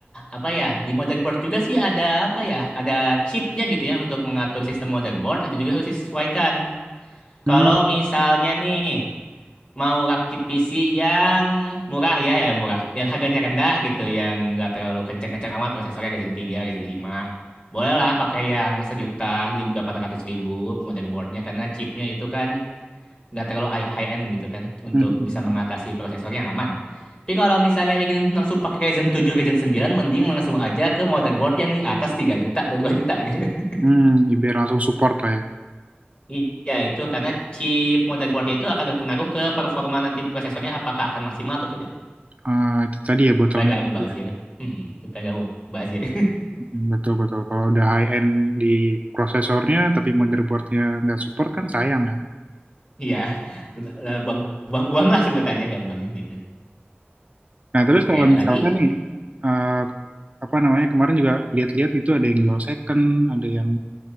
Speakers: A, on the left; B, on the right.
A: apa ya di motherboard juga sih ada apa ya ada chipnya gitu ya untuk mengatur sistem motherboard itu juga harus disesuaikan.
B: Hmm,
A: Kalau misalnya nih mau rakit PC yang murah ya ya murah, yang harganya rendah gitu, yang nggak terlalu kencang-kencang amat prosesornya Ryzen tiga Ryzen lima Bolehlah pakai yang sejuta delapan ratus ribu motherboardnya karena chipnya itu kan nggak terlalu high end gitu kan untuk
B: hmm, hmm, hmm,
A: bisa mengatasi prosesor yang aman. Tapi kalau misalnya ingin langsung pakai Ryzen tujuh, Ryzen sembilan, mending langsung aja ke motherboard yang di atas 3 juta atau 2 juta gitu. <laughs>
B: hmm. Ya, biar langsung support lah ya.
A: Iya, itu karena chip motherboardnya itu akan berpengaruh ke performa nanti prosesornya apakah akan maksimal atau tidak
B: Eh, itu tadi ya bottleneck
A: supaya nggak mubazir.
B: itu ya.
A: Mm-mm, supaya nggak mubazir.
B: Hmm, Betul betul. Kalau udah high end di prosesornya tapi motherboardnya nggak support kan sayang ya.
A: Iya, <laughs> buang-buang uang lah sebutannya gampangnya gitu.
B: Nah terus
A: Oke,
B: kalau
A: ada
B: misalkan
A: lagi?
B: nih eh, apa namanya kemarin juga lihat-lihat gitu ada yang jual second, ada yang